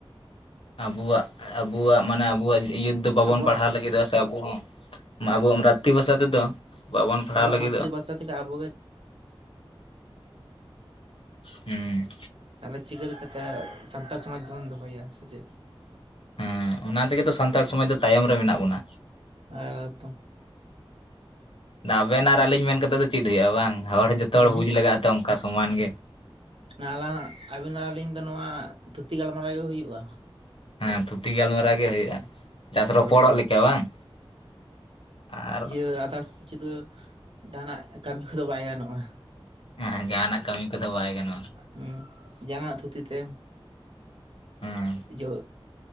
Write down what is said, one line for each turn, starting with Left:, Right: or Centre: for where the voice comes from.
Left: ᱟᱵᱚᱣᱟᱜ, ᱟᱵᱚᱣᱟᱜ ᱢᱟᱱᱮ ᱟᱵᱚᱣᱟᱜ ᱤᱭᱟ ᱫᱚ ᱵᱟᱵᱚᱱ
Right: ᱟᱵᱚᱣᱟᱜ
Left: ᱯᱟᱲᱦᱟᱣ ᱞᱟᱹᱜᱤᱫᱼᱟ ᱥᱮ ᱟᱵᱚ ᱦᱚᱸ, ᱟᱵᱚᱣᱟᱜ ᱢᱨᱟᱛᱛᱤ ᱵᱷᱟᱥᱟ ᱛᱮᱫᱚ᱾ ᱵᱟᱵᱚᱱ ᱯᱟᱲᱦᱟᱣ
Right: ᱟᱵᱚᱟᱜ
Left: ᱞᱟᱹᱜᱤᱫᱚᱜᱼᱟ
Right: ᱢᱟᱛᱨᱤ ᱵᱷᱟᱥᱟ ᱛᱮᱜᱮ ᱟᱵᱚ ᱜᱮ
Left: ᱦᱩᱸ᱾
Right: ᱛᱟᱦᱞᱮ ᱪᱤᱠᱟᱹ ᱞᱮᱠᱟᱛᱮ ᱥᱟᱱᱛᱟᱲ ᱥᱚᱢᱟᱡᱽ ᱵᱚᱱ ᱫᱚᱦᱚᱭᱟ, ᱥᱮ ᱪᱮᱫ?
Left: ᱦᱮᱸ ᱚᱱᱟ ᱛᱮᱜᱮ ᱛᱚ ᱥᱟᱱᱛᱟᱲ ᱥᱚᱢᱟᱡᱽ ᱫᱚ ᱛᱟᱭᱚᱢ ᱨᱮ ᱢᱮᱱᱟᱜ ᱵᱚᱱᱟ᱾
Right: <unintelligible>
Left: ᱟᱵᱮᱱ ᱟᱨ ᱟᱹᱞᱤᱧ ᱢᱮᱱ ᱠᱟᱛᱮᱫ ᱫᱚ ᱪᱮᱫ ᱦᱩᱭᱩᱜ-ᱟ ᱵᱟᱝ, ᱦᱚᱲ ᱡᱚᱛᱚ
Right: ᱦᱩᱸ
Left: ᱦᱚᱲ
Right: ᱦᱩᱸ
Left: ᱵᱩᱡᱽ ᱞᱟᱜᱟᱜ-ᱟ ᱛᱚ ᱚᱱᱠᱟ ᱥᱚᱢᱟᱱ ᱜᱮ᱾
Right: ᱦᱮᱸ ᱟᱞᱟᱝ, ᱟᱹᱵᱤᱱ ᱟᱨ ᱟᱞᱤᱧ ᱫᱚ ᱱᱚᱣᱟ ᱛᱷᱩᱛᱤ ᱜᱟᱞᱢᱟᱨᱟᱣ ᱜᱮ ᱦᱩᱭᱩᱜ-ᱟ᱾
Left: ᱦᱮᱸ ᱛᱷᱩᱛᱤ ᱜᱟᱞᱢᱟᱨᱟᱣ ᱜᱮ ᱦᱩᱭᱩᱜ-ᱟ᱾ ᱡᱟᱥ
Right: ᱦᱳᱭ
Left: ᱨᱚᱯᱚᱲᱚᱜ ᱞᱮᱠᱟ ᱵᱟᱝ, ᱟᱨ
Right: <unintelligible> ᱟᱫᱟᱥ ᱠᱤᱪᱷᱩ ᱫᱚ ᱡᱟᱸᱦᱟᱱᱟᱜ ᱠᱟᱹᱢᱤ ᱠᱚᱫᱚ ᱵᱟᱭ ᱜᱟᱱᱚᱜ-ᱟ᱾
Left: ᱦᱮᱸ ᱡᱟᱸᱦᱟᱱᱟᱜ ᱠᱟᱹᱢᱤ ᱠᱚᱫᱚ ᱵᱟᱭ ᱜᱟᱱᱚᱜ-ᱟ᱾
Right: ᱦᱩᱸ, ᱡᱟᱦᱟᱱᱟᱜ ᱛᱷᱩᱛᱤ ᱛᱮ᱾
Left: ᱦᱮᱸ
Right: ᱤᱭᱟᱹ